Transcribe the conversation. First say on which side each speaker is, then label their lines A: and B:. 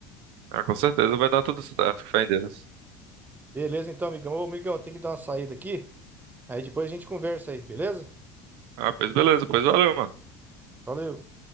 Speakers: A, on the right; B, on the right.
A: Ah, com certeza vai dar tudo certo, fé em Deus.
B: Beleza, então, amigão. Ô, amigão, tem que dar uma saída aqui. Aí depois a gente conversa aí, beleza?
A: Ah, pois beleza, pois valeu, mano.
B: Valeu.